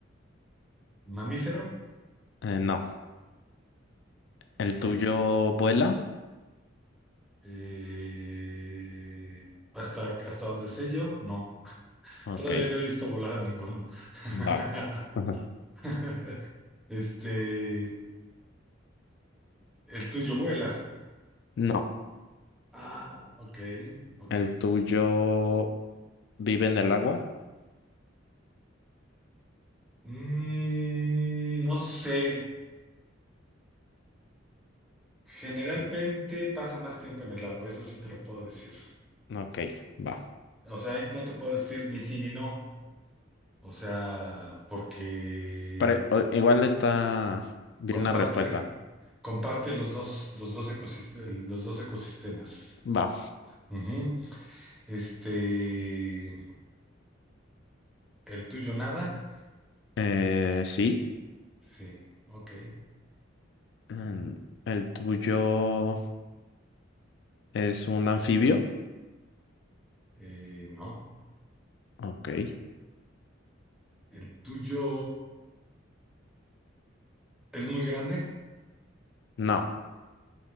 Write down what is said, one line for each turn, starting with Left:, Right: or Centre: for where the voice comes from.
Centre: mamífero?
Left: Eh, no. ¿El
Centre: Ok.
Left: tuyo vuela?
Centre: Eh, hasta, hasta donde sé yo, no.
Left: Ok.
Centre: Todavía no he visto volar a ninguno. <laughs>
Left: Va. Ujú.
Centre: <laughs> Este, el tuyo vuela.
Left: No.
Centre: Ah, ok, ok.
Left: ¿El tuyo vive en el agua?
Centre: Mm, no sé. Generalmente
Left: Mm,
Centre: pasa más tiempo en el agua, eso sí te lo puedo decir.
Left: Ok, va.
Centre: O sea, ahí no te puedo decir ni sí ni no. O sea, porque
Left: Pero o- igual está bien
Centre: comparte.
Left: la respuesta.
Centre: Comparte los dos, los dos ecosistemas, los dos ecosistemas.
Left: Va.
Centre: Ujú. Este, el tuyo nada.
Left: Eh, sí.
Centre: Sí, ok.
Left: Mm, ¿El tuyo es un anfibio?
Centre: Eh, no.
Left: Ok.
Centre: El tuyo es muy grande.
Left: No.